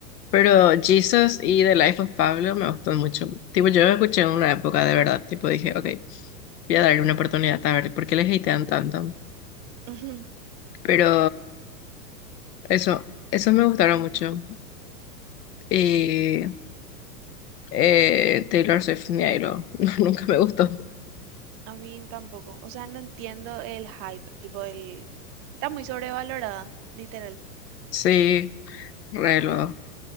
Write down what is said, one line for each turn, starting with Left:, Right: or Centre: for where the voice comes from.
Left: pero Jesus y The Life of Pablo me gustan mucho. Tipo, yo lo escuché en una época de verdad, tipo, dije, ok, voy a darle una oportunidad a ver por qué les hatean tanto.
Right: <laughs> Ujú.
Left: Pero eso, eso me gustaron mucho. Y eh, Taylor Swift, ni ahí lo, <laughs> no, nunca me gustó.
Right: A mí tampoco. O sea, no entiendo el hype, tipo el... Está muy sobrevalorada, literal.
Left: Sí, re, lo,